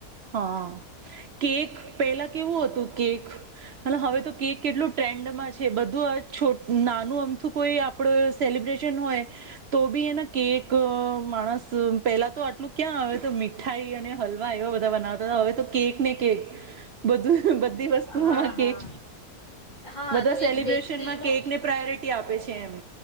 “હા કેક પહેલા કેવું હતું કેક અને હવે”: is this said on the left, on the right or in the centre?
Right